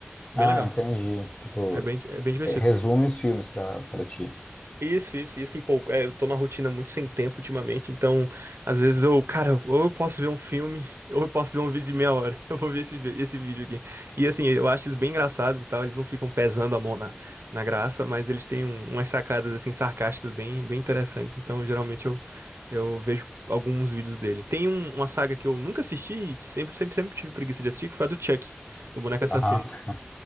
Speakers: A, on the right; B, on the left.
A: Bem
B: Ah,
A: legal.
B: entendi. Tipo,
A: É bem, é bem divertido.
B: é, resume os filmes pra, pra ti.
A: Isso, isso. E assim, pô, é, eu tô numa rotina muito sem tempo ultimamente, então às vezes eu, cara, ou eu posso ver um filme, <laughs> ou eu posso ver um vídeo de meia hora. <laughs> Eu vou ver esse, vi- esse vídeo aqui. E assim, eu acho eles bem engraçados e tal, eles não ficam pesando a mão na, na graça, mas eles têm um- umas sacadas assim sarcásticas bem, bem interessantes, então geralmente eu, eu vejo alguns vídeos dele. Tem um- uma saga que eu nunca assisti e sempre, sempre, sempre tive preguiça de assistir, que foi a do Chuck, do boneco assassino.
B: Aham. <laughs>